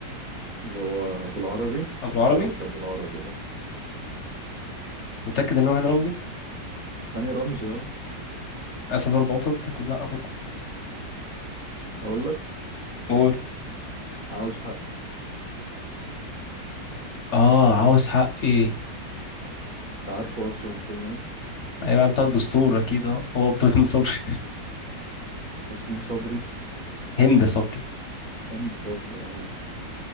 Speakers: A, on the right; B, on the left.
A: اللي هو ابو العربي
B: أبو العربي
A: لا مش ابو العربي لا
B: متأكد إن هو هاني رمزي
A: هاني رمزي اه
B: أسد وأربع قطط أكيد لأ برضه
A: اقول لك
B: قول
A: عاوز حق
B: آه عاوز حق إيه
A: انت عارفه اصلا الفيلم ده
B: أيوة بتاع الدستور أكيد أه هو بطولة هند صبري <laughs>
A: ياسمين صبري
B: هند صبري
A: هند صبري اه